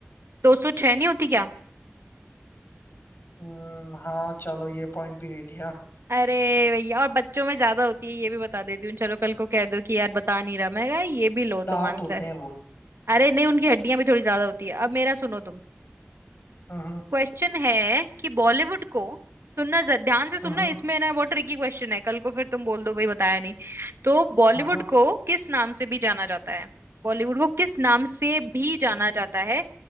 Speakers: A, on the right; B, on the left.
A: दो सौ छह नहीं होती क्या
B: हम्म, हाँ चलो ये पॉइंट भी दे दिया
A: अरे भैया और बच्चों में ज्यादा होती है ये भी बता देती हूँ चलो कल को कह दो कि यार बता नहीं रहा मैं कहा, ये भी लो
B: दांत
A: तुम आंसर
B: होते हैं वो
A: अरे नहीं उनकी हड्डियां भी थोड़ी ज्यादा होती है अब मेरा सुनो तुम
B: हम्म हम्म
A: क्वेश्चन है कि बॉलीवुड को सुनना ज- ध्यान से सुनना
B: हम्म,
A: इसमें ना बहुत ट्रिकी क्वेश्चन है कल को फिर तुम बोल दो भाई बताया नहीं तो बॉलीवुड
B: हाँ हाँ
A: को किस नाम से भी जाना जाता है बॉलीवुड को किस नाम से भी जाना जाता है